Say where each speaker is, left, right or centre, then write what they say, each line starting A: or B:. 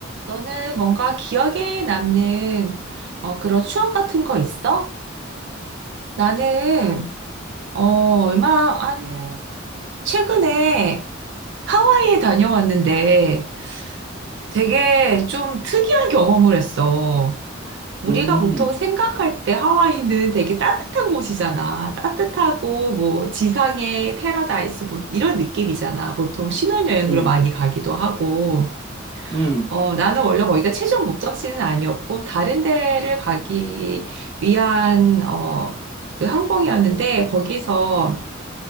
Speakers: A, on the right; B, on the right.
A: 너는 뭔가 기억에 남는 어, 그런 추억 같은 거 있어? 나는 어, 얼마 한 최근에 하와이에 다녀왔는데 되게 좀 특이한 경험을 했어. 우리가
B: 음,
A: 보통 생각할 때 하와이는 되게 따뜻한 곳이잖아. 따뜻하고 뭐 지상의 패러다이스 뭐 이런 느낌이잖아. 보통 신혼여행으로
B: 음,
A: 많이 가기도 하고.
B: 음,
A: 어, 나는 원래 거기가 최종 목적지는 아니었고, 다른 데를 가기 위한, 어, 그 항공이었는데, 거기서